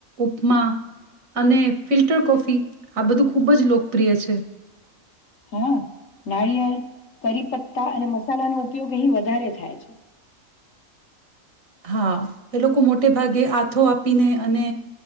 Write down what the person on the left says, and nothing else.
હા નારિયેર કરી પત્તા અને મસાલાનોો ઉપયોગ અહી વધારે થાય છે